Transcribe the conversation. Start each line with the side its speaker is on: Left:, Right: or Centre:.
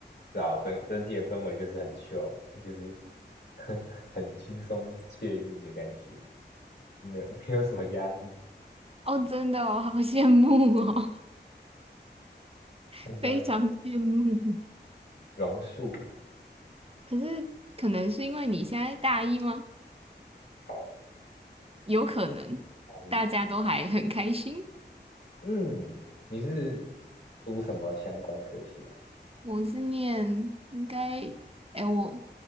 Left: 是啊，整整体的氛围就是很 chill，就是 <laughs> 很轻松惬意的感觉，没有 <laughs> 没有什么压力。
Right: 哦，真的哦，好羡慕哦，<laughs>
Left: 看到
Right: 非常羡慕。
Left: 榕树，
Right: 可是可能是因为你现在大一吗？
Left: 好，
Right: 有可能，
Left: 阿姨，
Right: 大家都还很开心。
Left: 嗯，你是读什么相关科系啊？
Right: 我是念应该，哎，我